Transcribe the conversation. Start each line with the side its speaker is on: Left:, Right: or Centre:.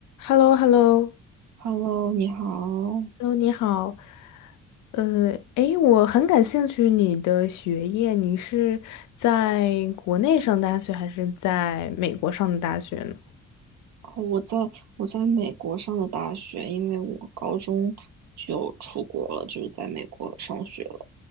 Left: h e l l o h e l l o h e
Right: Hello，你好。
Left: l l o 你好。呃，诶，我很感兴趣你的学业，你是在国内上大学还是在美国上的大学呢？
Right: 哦我在我在美国上的大学，因为我高中就出国了，就是在美国上学了，